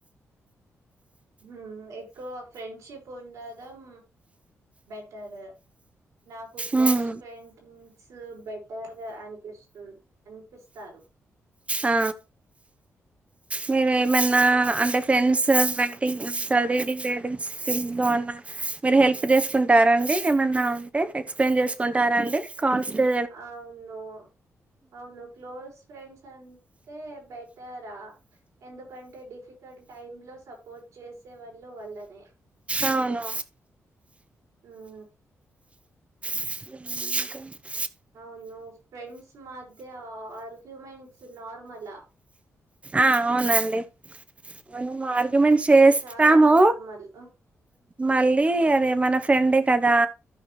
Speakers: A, on the right; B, on the right.
A: హ్మ్ ఎక్కువ ఫ్రెండ్షిప్ పొందడం బెటర్ నాకు close
B: um
A: friends better అపిస్తున్ అనిపిస్తారు
B: ఆ మీరు ఏమన్నా అంటే ఫ్రెండ్స్ బాటింగ్ స్టడీ <unintelligible> ఫీల్డ్ లో అన్నా మీరు హెల్ప్ చేసుకుంటారండి ఏమన్నా ఉంటే ఎక్స్ప్లెయిన్ జేసుకుంటారండి కాల్స్ టే
A: ఆవును అవును క్లో క్లోజ్ ఫ్రెండ్స్ అంటె బెటరా ఎందుకంటే డిఫికల్ట్ టైమ్ లో సపోర్ట్ చేసే వళ్ళు వళ్లనే
B: అవును
A: ఉమ్
B: ఉ
A: అవును ఫ్రెండ్స్ మధ్య ఆర్గ్యుమెంట్స్ నార్మల
B: ఆ అవునండి మనం ఆర్గ్యుమెంట్
A: ఉమ్,
B: చేస్తాము
A: అది చాలా నార్మల్
B: మళ్ళీ అదే మన ఫ్రెండే కదా